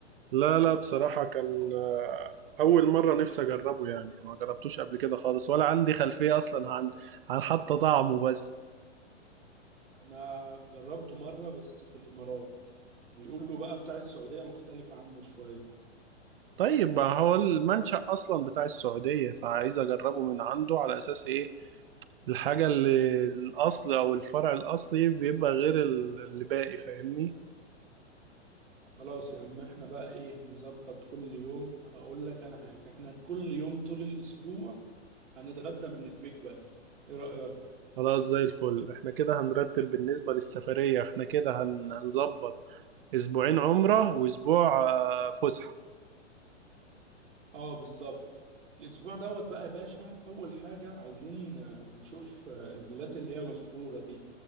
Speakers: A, on the right; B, on the right.
A: لا لا بصراحه كان آه، اول مره نفسي اجربه يعني ما جربتوش قبل كده خالص ولا عندي خلفيه اصلا عن عن حتى طعمه بس
B: انا جربته مرة بس في الامارات بيقولوا بقى بتاع السعودية مختلف عنه شوية
A: طيب ما هو المنشأ اصلا بتاع السعوديه فعايز اجربه من عنده على اساس ايه الحاجة اللي الأصل أو الفرع الأصلي بيبقى غير ال- اللي باقي فاهمني
B: خلاص يا عم احنا بقى ايه نظبط كل يوم اقول لك انا حاجة احنا كل يوم طول الاسبوع هنتغدى من البيك بس ايه رأيك
A: خلاص زي الفل احنا كده هنرتب بالنسبة للسفرية احنا كده هن- هنظبط أسبوعين عمرة وأسبوع آه، فسحة
B: اه بالظبط الاسبوع دوت بقى يا باشا اول حاجه عايزين آه، نشوف آه، المولات اللي هي مشهوره دي